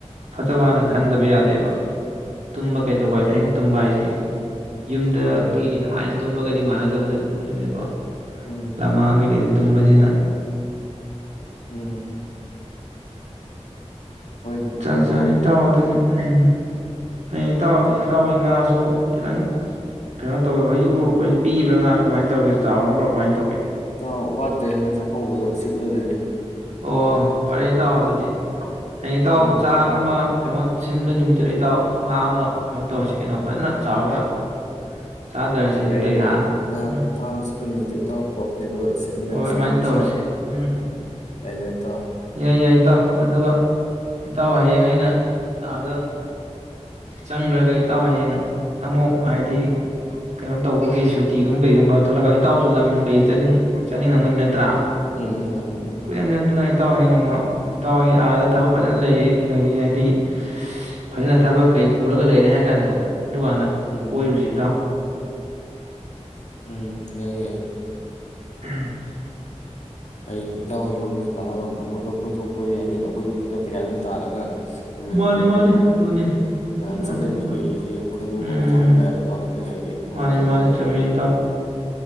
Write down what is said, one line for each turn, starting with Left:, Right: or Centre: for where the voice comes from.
Right: ꯐꯠꯇ
Left: ꯎꯝ
Right: ꯈꯟꯗꯕ ꯌꯥꯗꯦꯕ ꯇꯨꯝꯕ ꯀꯩꯇꯧꯕ
Left: ꯎꯝ
Right: ꯍꯥꯏꯁꯦ ꯑꯍꯤꯡ ꯇꯨꯝꯕ ꯍꯥꯏꯁꯤ ꯌꯨꯝꯗ
Left: ꯎꯝ
Right: ꯑꯈꯣꯏꯒꯤ ꯅꯨꯡꯉꯥꯏꯅ ꯇꯨꯝꯕꯒꯗꯤ ꯃꯥꯟꯅꯗꯕꯅꯤꯅꯀꯣ
Left: ꯎꯝ
Right: ꯂꯃꯥꯡ ꯀꯦꯀꯩ ꯇꯨꯝꯕꯅꯤꯅ
Left: ꯎꯝ ꯍꯣꯏꯅꯦ ꯑꯗꯨꯅꯤ
Right: ꯖꯥꯠ ꯖꯥꯠꯅꯤ
Left: ꯇꯧꯔꯤꯁꯦ
Right: ꯏꯇꯥꯎ ꯑꯗꯨꯅꯤ ꯎꯝ ꯍꯌꯦꯡ ꯏꯇꯥꯎ
Left: ꯊꯕꯛ
Right: ꯑꯗꯨ ꯏꯇꯥꯎꯋꯣꯏ ꯉꯥꯁꯨ ꯈꯤꯇꯪ ꯀꯩꯅꯣ ꯇꯧꯋꯦ ꯍꯧꯖꯤꯛꯄꯨ ꯑꯩꯈꯣꯏ ꯄꯤꯛꯏꯕ꯭ꯔꯥ ꯉꯥꯗꯣ ꯀꯃꯥꯏꯅ ꯇꯧꯔꯒꯦ ꯆꯥꯎꯔꯕ꯭ꯔꯥ ꯀꯃꯥꯏ ꯇꯧ
Left: ꯏꯇꯥꯎ ꯋꯥꯇ꯭ꯔꯦ ꯍꯟꯗꯛ ꯆꯥꯀꯧꯕꯗ ꯁꯤꯠꯂꯗꯣꯏꯅꯤ
Right: ꯑꯣ ꯐꯔꯦ ꯏꯇꯥꯎ ꯑꯗꯨꯗꯤ ꯍꯌꯦꯡ ꯏꯇꯥꯎ
Left: ꯎꯝ
Right: ꯆꯥꯛ ꯑꯃ ꯀꯩꯅꯣ ꯁꯤꯟꯕꯩ ꯅꯨꯃꯤꯠꯇꯨꯗꯩ ꯏꯗꯥꯥꯎ ꯉꯥ ꯑꯃ ꯀꯅꯣ ꯇꯧꯔꯁꯤ
Left: ꯎꯝ
Right: ꯀꯩꯅꯣ ꯐꯖꯅ ꯆꯥꯎꯔꯒ ꯆꯥꯗꯔꯁꯤ ꯑꯗꯨꯗꯒꯤ
Left: ꯌꯥꯏꯌꯦ
Right: ꯍꯥ
Left: ꯉꯥ
Right: ꯎꯝ
Left: ꯐꯥꯝ ꯆꯠꯄ ꯅꯨꯃꯤꯠꯇꯨ ꯏꯇꯥꯎ ꯀꯧꯔꯛꯀꯦ ꯑꯗꯨꯒ ꯆꯠꯃꯤꯟꯅꯔ
Right: ꯍꯣꯏ ꯍꯣꯏ
Left: ꯆꯠꯃꯤꯟꯅꯁꯤ
Right: ꯑꯗꯨꯃꯥꯏꯅ ꯇꯧꯔꯁꯤ ꯎꯝ
Left: ꯌꯥꯏꯗꯅ ꯏꯇꯥꯎ
Right: ꯌꯥꯏ ꯌꯥꯏ ꯏꯇꯥꯎ ꯑꯗꯨꯒ ꯏꯇꯥꯎ ꯍꯌꯦꯡ ꯑꯩꯅ ꯑꯥꯗ ꯆꯪꯈ꯭ꯔꯒ ꯏꯇꯥꯎ ꯍꯌꯦꯡ ꯑꯃꯨꯛ ꯍꯥꯏꯗꯤ ꯀꯩꯅꯣ ꯇꯧꯕꯒꯤ ꯁꯨꯇꯤꯒꯨꯝꯕ ꯀꯩꯒꯨꯝꯕ ꯊꯣꯛꯂꯛꯀ ꯏꯇꯥꯎꯁꯨ ꯂꯝ ꯀꯩ ꯆꯠꯅꯤꯡ ꯆꯠꯅꯤꯡꯉꯝꯒꯅꯤ ꯅꯠꯇ꯭ꯔꯥ
Left: ꯎꯝ ꯍꯣꯏ
Right: ꯀꯣꯏ ꯑꯗꯨꯅꯨꯡꯥꯏ ꯏꯇꯥꯎꯍꯩ ꯅꯣꯡꯃ ꯏꯇꯥꯎꯍꯩ ꯑꯥꯗ ꯊꯕꯛ ꯐꯖꯅ ꯂꯩꯌꯦ ꯀꯔꯤ ꯍꯥꯏꯗꯤ ꯐꯖꯅ ꯊꯕꯛ ꯀꯩ ꯄꯨꯔꯒ ꯂꯩꯔꯦ ꯍꯥꯏ ꯀꯥꯟꯗꯣ ꯑꯗꯨꯀꯥꯟꯗ
Left: ꯎꯝ
Right: ꯀꯣꯏꯔꯨꯁꯤ ꯏꯇꯥꯎ
Left: ꯎꯝ ꯌꯥꯏꯌꯦ ꯌꯥꯏꯌꯦ
Right: ꯎꯝ
Left: ꯍꯌꯦꯡ ꯏꯇꯥꯎ ꯍꯣꯏ ꯂꯣꯝꯗꯁꯨ ꯂꯥꯛꯑꯒ ꯅꯣꯡꯐꯥꯗꯣꯛ ꯀꯣꯏꯊꯣꯛꯄꯩ ꯌꯥꯏ ꯀꯩꯅꯣ ꯑꯩꯈꯣꯏꯁꯨ ꯁꯤꯗ ꯄꯩꯁꯥ ꯑꯗꯨꯝ ꯇꯥꯔꯒ ꯂꯩꯕꯗꯣ
Right: ꯃꯥꯅꯤ ꯃꯥꯅꯤ
Left: ꯅꯠꯇꯦ ꯅꯣꯡꯐꯥꯗꯣꯛ
Right: ꯑꯗꯨꯅꯤ
Left: ꯈꯔꯁꯨ ꯃꯌꯥꯝ
Right: ꯃꯥꯅꯤ
Left: ꯆꯠꯅꯕꯤ
Right: ꯑꯗꯨꯃꯥꯏ
Left: ꯀꯩꯁꯤ ꯑꯗꯨꯝ ꯈꯪꯗꯣꯛꯄ
Right: ꯎꯝ
Left: ꯃꯊꯧ ꯇꯥꯏꯕꯇꯣ ꯑꯩꯅ ꯍꯥꯏꯗꯤ ꯑꯃꯕꯨ
Right: ꯃꯥꯅꯤ
Left: ꯑꯃ
Right: ꯃꯥꯅꯤ
Left: ꯑꯣꯏꯔꯦꯔꯥ
Right: ꯆꯨꯝꯃꯤ